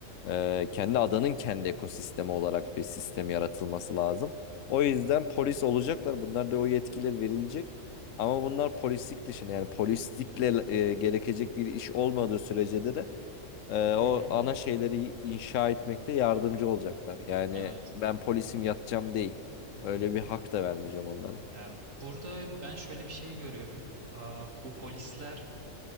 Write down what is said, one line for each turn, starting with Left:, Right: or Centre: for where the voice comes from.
Left: Ee, kendi adanın kendi ekosistemi olarak bir sistem yaratılması lazım. O yüzden polis olacaklar. Bunlar da o yetkiler verilecek. Ama bunlar polislik dışında yani polislikle e, gerekecek bir iş olmadığı sürece de e, o
Right: Hı hı.
Left: ana şeyleri inşa etmekte yardımcı olacaklar. Yani
Right: Evet.
Left: ben polisim yatacağım değil.
Right: Hı
Left: Öyle
Right: hı.
Left: bir hak da vermeyeceğim onlara.
Right: Ya burada ben şöyle bir şey görüyorum. Ee, bu polisler